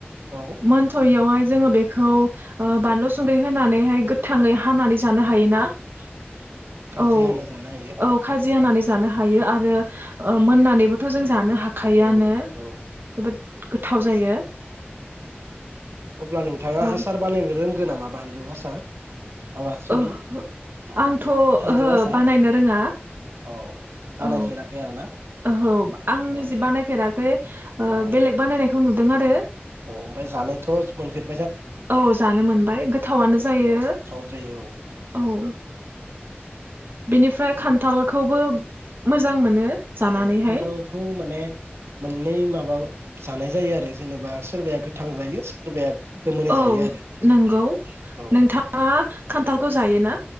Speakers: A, on the right; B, on the right.
A: औ
B: मोनथ'यियावहाय जोङो बेखौ ओ बानलु संग्रि होनानैहाय गोथाङै हानानै जानो हा हायो ना औ
A: खाजि हाना जानो हायो
B: औ खाजि हानानै? जानो हायो आरो। मोननानैबोथ' जों जानो हा खायोआनो
A: औ औ
B: जोबोद गोथाव जायो।
A: अब्ला नोंथाङा
B: औ
A: आसार बानायनो रों गो नामा बानलु आसार? माबा सरि
B: ओ हो
A: उम
B: आंथ' ओहो
A: थाइजौ आसार
B: बानायनो रोङा
A: औ बानायफेराखै
B: औ
A: आरोना
B: ओहो आं
A: औ
B: निजि बानायफेराखै ओ
A: औ
B: बेलेग बानायनाय खौ नुदों आरो।
A: औ ओमफाय जानोथ' मोनफेर
B: औ जानो मोनबाय गोथावानो जायो
A: औ गोथाव जायो औ
B: औ। बिनिफ्राय खान्थालखौबो मोजां मोनो। जानानैहाय
A: औ खान्थालखौ माने मोननै माबा जानाय जायो आरो जेनेबा सोरबाया गोथां जायो सोरबाया गोमोनै
B: औ
A: जायो आरो
B: नंगौ
A: औ औ
B: नोंथाङा खान्थालखौ जायो ना